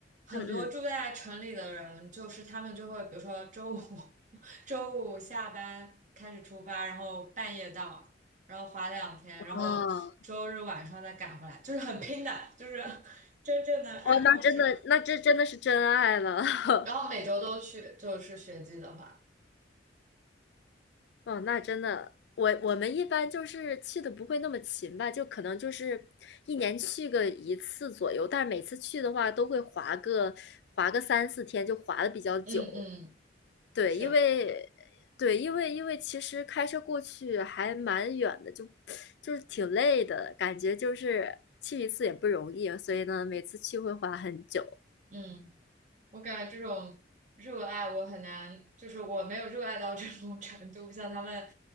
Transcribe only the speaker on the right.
很多住在城里的人，
就是他们就会，比如说周五 <laughs> 周五下班开始出发，然后半夜到，然后滑两天，
然后周日晚上再赶回来，就是很拼的，就是 <laughs> 真正的爱好者。
然后每周都去，就是雪季的话。
嗯嗯，
是，
嗯，我感觉这种热爱我很难，就是我没有热爱到这种 <laughs> 程度，像他们